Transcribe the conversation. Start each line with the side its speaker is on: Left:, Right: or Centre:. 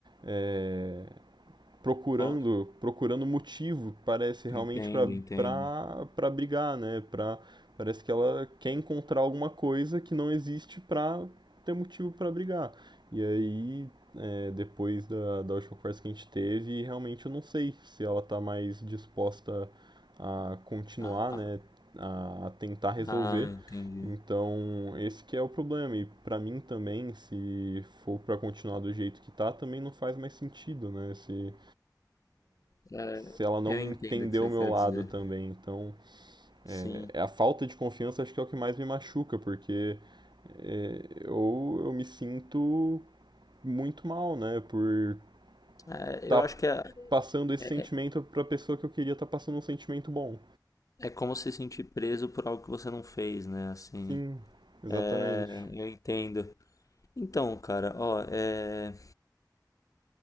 Right: é, procurando
Left: Ó,
Right: procurando motivo parece realmente
Left: entende,
Right: para
Left: entende.
Right: para para brigar né para parece que ela quer encontrar alguma coisa que não existe para ter motivo para brigar e aí é, depois da, da última conversa que a gente teve realmente eu não sei se ela está mais disposta a continuar
Left: Ah, ah,
Right: né a, a tentar resolver
Left: ah, entendi.
Right: então, esse que é o problema. E pra mim também, se for pra continuar do jeito que tá, também não faz mais sentido, né? Se,
Left: É,
Right: se ela não
Left: eu entendo
Right: entendeu
Left: o que você
Right: o meu
Left: quer
Right: lado
Left: dizer.
Right: também. Então,
Left: Sim.
Right: é, é a falta de confiança acho que é o que mais me machuca, porque é, eu, eu me sinto muito mal, né, por
Left: É,
Right: estar
Left: eu acho que é,
Right: passando esse
Left: é,
Right: sentimento para a pessoa que eu queria estar passando um sentimento bom.
Left: é como se sentir preso por algo que você não fez, né? Assim.
Right: Sim, exatamente.
Left: É, eu entendo. Então, cara, ó, é,